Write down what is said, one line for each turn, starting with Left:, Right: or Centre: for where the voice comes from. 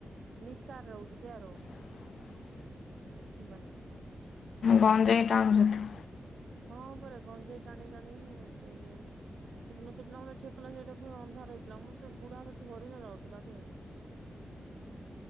Right: ନିସା ରହୁଛି ଆରୁ
Left: ହୁଁ
Right: ମାନେ
Left: ଗଞ୍ଜେଇ ଟାଣୁଛନ୍ତି?
Right: ହଁ ଉପରେ ଗଞ୍ଜେଇ ଟାଣି ଟାଣି ହି ଏମିତି ହଉଛନ୍ତି। ସେଦିନ ସେଇ ପିଲା ମୋ ଛେକଲା ସେଇଟା ପ ଅନ୍ଧାର ରହିଥିଲା ମତେ ଗୁଡା ତ ଥରି ଯାଉଥିଲା ଦେହ।